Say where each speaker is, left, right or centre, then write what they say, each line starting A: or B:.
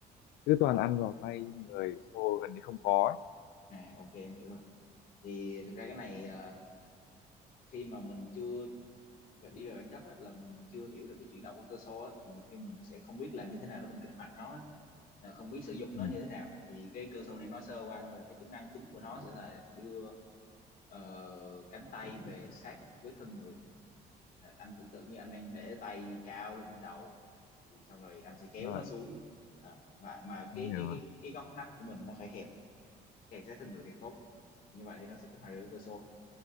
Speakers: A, on the left; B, on the left.
A: cứ toàn ăn vào tay người show gần như không có ấy.
B: à ok em hiểu rồi thì thực ra cái này ờ, khi mà mình chưa phải đi về bản chất á, là mình chưa hiểu được cái chuyển động của cơ xô á, thì nhiều khi mình sẽ không biết làm như thế nào để mình kích hoạt nó á, là không biết sử dụng nó
A: Ừ.
B: như thế nào thì cái cơ xô này em nói sơ qua thôi là cái chức năng chính của nó sẽ là đưa ờ, cánh tay về sát với thân người à, anh tưởng tượng như anh đang để tay cao lên trên đầu thì xong rồi anh sẽ kéo
A: Rồi
B: nó xuống à, mà mà
A: anh
B: cái
A: hiểu
B: cái
A: rồi
B: cái cái góc nách của mình nó phải hẹp càng sát thân người càng tốt như vậy thì nó sẽ kích hoạt được cơ xô